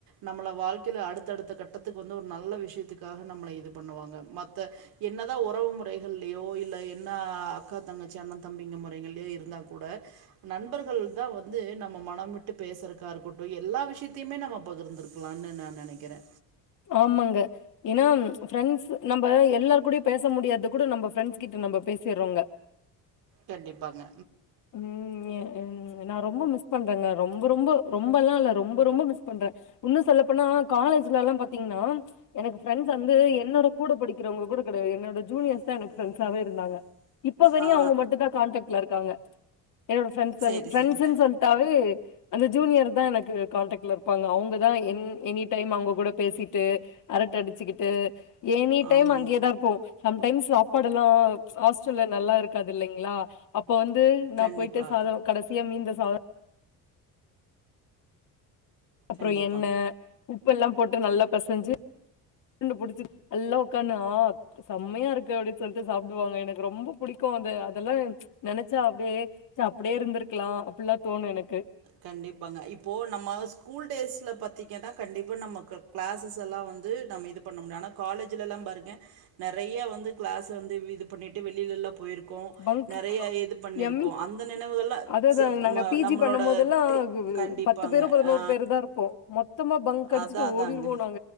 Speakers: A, on the right; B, on the left.
A: நம்மள வாழ்க்கைல அடுத்தடுத்த கட்டத்துக்கு வந்து ஒரு நல்ல விஷயத்துக்காக நம்ள இது பண்ணுவாங்க மத்த என்னதா ஒறவு முறைகள்லயோ இல்ல என்ன அக்கா தங்கச்சி அண்ணன் தம்பிங்க முறைகள்ளயோ இருந்தா கூட நண்பர்கள் தா வந்து நம்ம மனம் விட்டு பேசுறக்கா இருக்கட்டு எல்லா விஷ்யத்தையுமே நம்ம பகிர்ந்துரு க்லான்னு நா நெனைக்கறே
B: ஆமாங்க ஏனா ஃபிரெண்ட்ஸ் நம்ம எல்லார்கூடயு பேச முடியாதது கூட நம்ம ஃபிரெண்ட்ஸ் கிட்ட நம்ம பேசிர்றங்க
A: கண்டிப்பாங்க
B: ம் ய ம் நா ரொம்ப மிஸ் பண்றேங்க ரொம்ப ரொம்ப ரொம்பெல்லா இல்ல ரொம்ப ரொம்ப மிஸ் பண்றே இன்னு சொல்லப்போனா காலேஜ்லலா பாத்திங்னா எனக்கு ஃபிரெண்ட்ஸ் வந்து என்னோட கூட படிக்கிறவங்க கூட கெடையாது என்னோட‌ ஜூனியர்ஸ் தா எனக்கு ஃபிரண்ட்ஸாவே இருந்தாங்க இப்ப வரையு
A: ஆ
B: அவங்க மட்டுந்தா கான்டெக்ட் ல இருங்காங்க என்னோட ஃபிரெண்ஸ்சல்
A: சேரி
B: ஃபிரெண்ஸ்சுன்
A: சேரி
B: சொல்ட்டாவே அந்த ஜூனியர் தா எனக்கு கான்டெக்ட்ல இருக்கு ப்பாங்க அவங்கதா என் எனி டைம் அவுங்க கூட பேசிட்டு அரட்ட அடிச்சுக்கிட்டு எனி டைம்
A: ஆமாங்க
B: அங்கே தா தாருப்போ சம்டைம்ஸ் சாப்பாடெல்லா ஹாஸ்டல்ல நல்லா இருக்காது இல்லைங்களா அப்போ வந்து நா
A: கண்டிப்பா
B: போயிட்டு சாதோ கடைசியா மீந்த சாதோ அப்றோ
A: கண்டிப்பாங்க
B: எண்ண உப்பெல்லா போட்டு நல்லா பெசஞ்சு உருண்ட புடிச்சி நல்லா உக்கானு ஆ செம்மையா இருக்கு அப்டி சொல்ட்டு சாப்டுவாங்க எனக்கு ரொம்ப புடிக் க்கு அது அதெல்லா நெனைச்சா அப்டியே ச்ச அப்டியே இருந்துருக்லா அப்புல்லா தோணு எனக்கு
A: கண்டிப்பாங்க இப்போ நம்ம ஸ்கூல் டேஸ்ல பாத்திங்கன்னா கண்டிப்பா நமக்கு கிளாஸஸ் எல்லா வந்து நம்ம இது பண்ண முடியு ஆனா காலேஜ்லலா பாருங்க நெறையா வந்து கிளாஸ் வந்து இது பண்ணிட்டு வெளிலலா போய்ருக் க்கோ
B: பங்க்
A: நெறைய இது பண்ணிருக்கோ
B: எம்மி
A: அந்த நினைவுகளா
B: அததா
A: ச்ச
B: நாங்க
A: ம
B: பி
A: நம்மளோட
B: ஜி பண்ணும் போதெல்லா
A: எப்டி கண்டிப்பாங்க
B: பத்து பேரோ பதினோரு
A: ஆ
B: பேரு தா இருப்போ மொத்தமா பங்க் அடிச்சுட்டு
A: அதா அதாங்க
B: ஓடிருவோ நாங்க